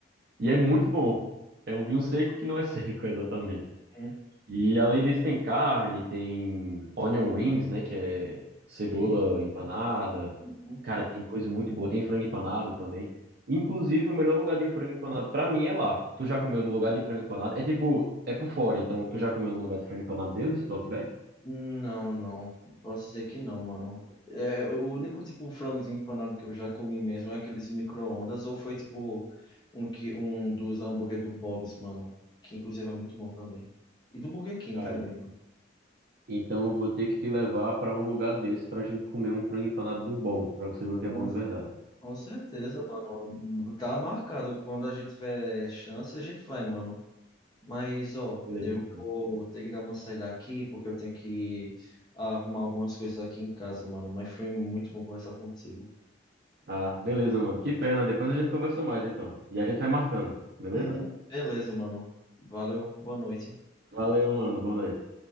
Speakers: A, on the right (about 50°); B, on the left (about 20°).
A: E é muito bom. É um vinho seco que não é seco, <laughs> exatamente.
B: Uhum.
A: E além disso tem carne, tem onion rings, né, que é cebola
B: É,
A: empanada.
B: uhum.
A: Cara, tem coisa muito boa, tem frango empanado também. Inclusive, o melhor lugar de frango empanado pra mim é lá. Tu já comeu no lugar de frango empanado? É tipo, é por fora, então tu já comeu no lugar de frango empanado deles, do Outback?
B: Não, não. Posso dizer que não, mano. É, o único tipo frango empanado que eu já comi mesmo é aqueles micro-ondas, ou foi tipo um, que, um dos hambúrguer do Bob's, mano. Que inclusive é muito bom também. E do Burger King
A: Cara,
B: também, mano.
A: então eu vou ter que te levar pra um lugar desse pra gente comer um frango empanado do bom, pra você ver o que
B: Com,
A: é bom
B: cer-
A: de verdade.
B: com certeza, mano. Tá marcado. Quando a gente tiver chance, a gente vai, mano. Mas, ó,
A: Beleza,
B: eu
A: então.
B: vou ter que dar uma saída aqui, porque eu tenho que arrumar algumas coisas aqui em casa, mano. Mas foi muito bom conversar contigo.
A: Ah, beleza, mano. Que pena. Depois a gente conversa mais, então. E a gente vai marcando, beleza?
B: Uhum. Beleza, mano. Valeu, boa noite.
A: Valeu, mano. Boa noite.